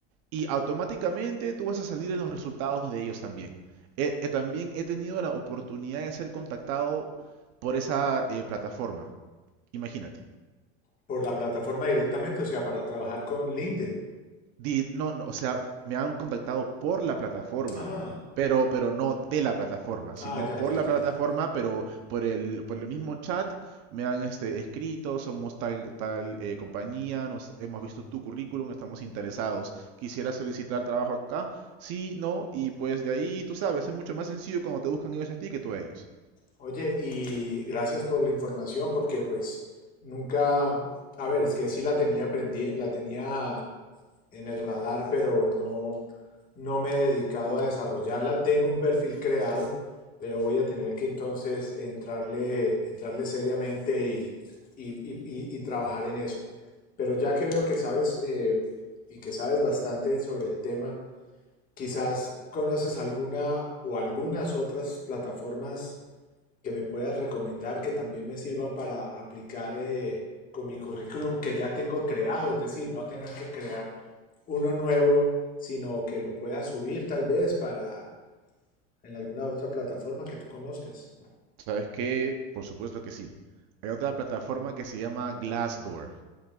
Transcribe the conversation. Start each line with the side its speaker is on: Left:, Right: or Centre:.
Right: y automáticamente tú vas a salir en los resultados de ellos también. Eh, eh, también he tenido la oportunidad de ser contactado por esa eh, plataforma. Imagínate.
Left: Por la plataforma directamente, o sea, para trabajar con LinkedIn.
Right: di- no, no, o sea, me han contactado por la plataforma,
Left: Ah,
Right: pero, pero no de la plataforma, sino
Left: ah, ya,
Right: por
Left: ya,
Right: la plataforma,
Left: ya, ya.
Right: pero por el, por el mismo chat me han este, escrito, somos tal, tal eh, compañía, nos, hemos visto tu currículum, estamos interesados, quisiera solicitar trabajo acá, sí, no, y pues de ahí, tú sabes, es mucho más sencillo cuando te buscan ellos a ti que tú a ellos.
Left: Oye, y gracias por la información, porque pues nunca, a ver, es que sí la tenía prendi- la tenía en el radar, pero no, no me he dedicado a desarrollarla. Tengo un perfil creado, pero voy a tener que entonces entrarle, entrarle seriamente y, y- y- y- y trabajar en eso. Pero ya que veo que sabes eh, y que sabes bastante sobre el tema, Quizás conoces alguna o algunas otras plataformas que me puedas recomendar que también me sirvan para aplicar eh, con mi currículum que ya tengo creado, es decir, no tener que crear uno nuevo, sino que lo pueda subir tal vez para en alguna otra plataforma que tú conozcas.
Right: ¿Sabes qué? Por supuesto que sí. Hay otra plataforma que se llama Glassdoor.